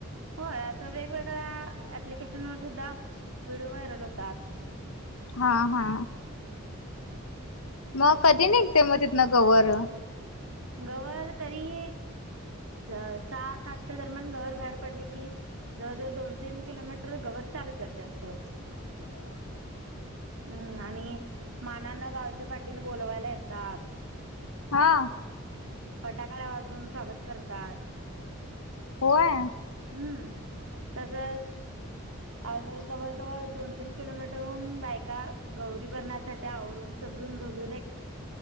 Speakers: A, on the right; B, on the left.
A: होय असं वेगवेगळ्या एप्लीकेशन वर सुद्धा व्हिडिओ व्हायरल होतात.
B: हा हा. मग कधी निघते मग तिथनं गवर.
A: गवर तरी सहा सातच्या दरम्यान गवर बाहेर पडली की जवळजवळ दोन तीन किलोमीटर गवर चालत जाते असं.
B: <unintelligible>
A: हम्म आणि मानांन गावचे पाटील बोलवायला येतात.
B: हा.
A: फटाकळा वाजवून स्वागत करतात.
B: होय.
A: हम्म, तसच. अरे जवळ जवळ दोन तीन किलोमीटरहून बायका गौरी भरण्यासाठी आवरून सजून दजून एक